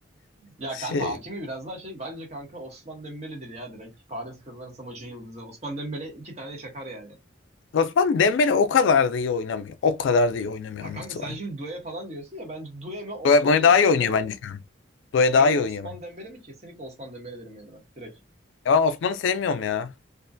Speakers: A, on the right; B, on the left.
A: Ya
B: Şey.
A: kanka Hakimi biraz daha şey bence kanka Osman Dembele'dir ya direkt. Paris kazanırsa maçın yıldızı. Osman Dembele iki tane çakar yani.
B: Osman Dembele o kadar da iyi oynamıyor. O kadar da iyi oynamıyor
A: Ya
B: anlatılan.
A: kanka sen şimdi Due falan diyorsun ya bence Due mi Osman
B: Due bunu
A: Dembele
B: daha iyi oynuyor
A: mi?
B: bence. Due
A: Due
B: daha
A: mi
B: iyi oynuyor
A: Osman
B: bence.
A: Dembele mi? Kesinlikle Osman Dembele derim yani ben direkt.
B: Ya ben Osman'ı sevmiyorum ya.